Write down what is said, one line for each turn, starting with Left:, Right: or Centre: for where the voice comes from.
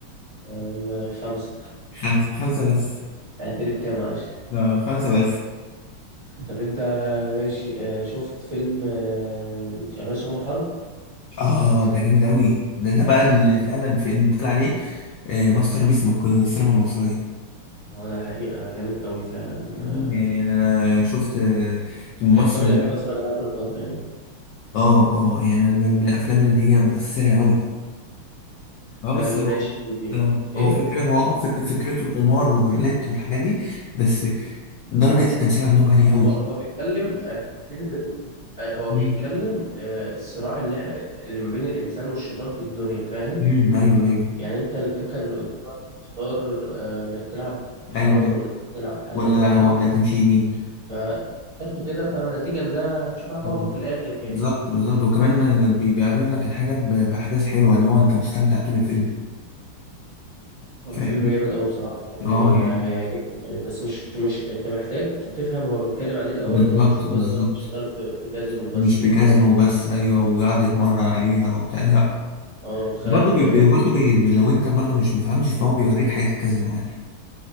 Right: آه، خمسه
Left: <laughs> خمسه خمسه بس
Right: <laughs> اعتني بكام عشري
Left: اه خمسه بس
Right: طب انت ماشي آه، شفت فيلم آه، الرئيس عمر حرب
Left: اه ده جامد قوي ده ده بقى اللي فعلا في اللي اتقال عليه آه ماستر بيس مك- السينما المصريه
Right: هو ده حقيقة جامد قوي فعلا آه،
Left: يعني انا شفت الممثل
Right: الأفلام اللي بحب أتفرج عليها كل فترة يعني
Left: اه اه يعني أنا من من الافلام اللي هي مؤثره قوي اه بس
Right: آه،
Left: هو
Right: ماشي
Left: اه
Right: إيه
Left: هو فكره هو اه فك- فكرته القمار والرولات والحاجات دي بس درجه التمثيل عندهم عاليه قوي
Right: هو هو بيتكلم آه، دي فكرته آه، هو
Left: امم
Right: بيتكلم آه، الصراع اللي احنا اللي ما بين الإنسان والشيطان في الدنيا فاهم
Left: أمم، ايوه ايوه
Right: يعني أنت ال- أنت اللي قدامك تختار آه، إنك تلعب حرام
Left: ايوه أيوة.
Right: ولا تلعب حلال
Left: ولا
Right: فاهم
Left: ولا تمشي يمين
Right: فاخترت كده فنتيجة لده تشوف عقابك
Left: مم.
Right: في الآخر يعني
Left: بالظبط بالظبط وكمان بي- بيعرض لك الحاجه ب- باحداث حلوه اللي هو انت مستمتع طول الفيلم
Right: هو
Left: فاهمني
Right: الفيلم جامد قوي بصراحة يعني
Left: اه
Right: هي
Left: يعني
Right: هيعجبك يعني بس مش مش انت محتاج تفهم هو بيتكلم عن ايه الأول
Left: بالظبط
Right: هو مش مجرد
Left: بالظبط
Right: واحد شغال في في كازينو بس
Left: مش في
Right: يعني
Left: كازينو بس ايوه ويقعد يتمرن عليها وبتاع لا
Right: اه وخالد
Left: برضه بي... بي- برضه بي... بي- لو انت برضه مش مفهمتش فهو بيوريك حياة الكازينو يعني